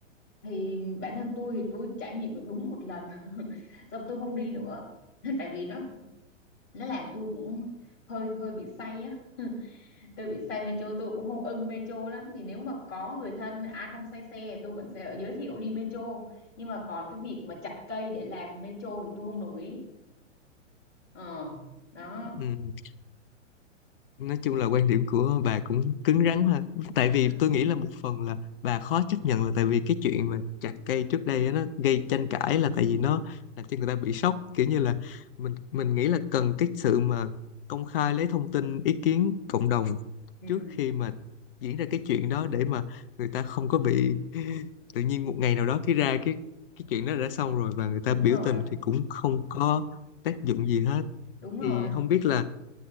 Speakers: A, on the left; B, on the left.
A: Thì bản thân tôi thì tôi trải nghiệm được đúng một lần <laughs> xong tôi không đi nữa <laughs> tại vì nó nó làm tôi cũng hơi hơi bị say á <laughs> tôi bị say metro tôi cũng không ưng metro lắm thì nếu mà có người thân ai không say xe thì tôi vẫn sẽ giới thiệu đi metro nhưng mà còn cái việc mà chặt cây để làm metro thì tôi không đồng ý ờ đó
B: ừ. nói chung là quan điểm của bà cũng cứng rắn ha tại vì
A: <laughs>
B: tôi nghĩ là một phần là bà khó chấp nhận là tại vì cái chuyện mà chặt cây trước đây á, nó gây tranh cãi là tại vì nó làm cho người ta bị sốc kiểu như là mình mình nghĩ là cần cái sự mà công khai lấy thông tin ý kiến cộng đồng
A: ừ,
B: trước khi mà diễn ra cái chuyện đó để mà người ta không có bị <laughs> tự nhiên một ngày nào đó cái ra cái cái chuyện đó đã xong rồi và người ta
A: đúng
B: biểu
A: rồi
B: tình thì cũng không có tác dụng gì hết
A: đúng rồi
B: thì không biết là